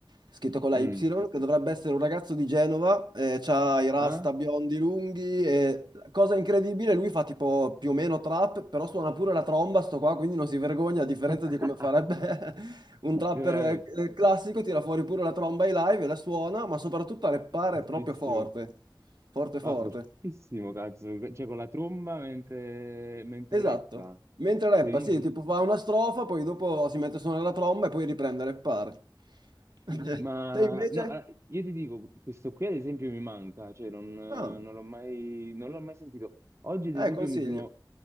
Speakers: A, on the right; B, on the right.
A: scritto con
B: Mm.
A: la Y, che dovrebbe essere un ragazzo di Genova, eh, ha i rasta
B: Ah?
A: biondi lunghi e cosa incredibile, lui fa tipo più o meno trap, però suona pure la tromba, sto qua, quindi non si vergogna, a differenza
B: <laughs>
A: di come farebbe <laughs> un trapper
B: Veramente,
A: eh, classico, tira fuori pure la tromba ai live e la suona, ma soprattutto a rappare
B: giustissimo.
A: proprio forte, forte forte.
B: Ah, fortissimo, cazzo. Cioè, con la tromba mentre, mentre
A: Esatto.
B: reppa.
A: Mentre rappa,
B: Incredibile.
A: sì, tipo fa una strofa, poi dopo si mette a suonare la tromba e poi riprende a rappare. <laughs>
B: Ma
A: Te invece?
B: no, eh, io ti dico, questo qui ad esempio mi manca, cioè non, eh,
A: Ah,
B: non l'ho mai, non l'ho mai sentito. Oggi ad
A: eh,
B: esempio
A: consiglio.
B: mi sono,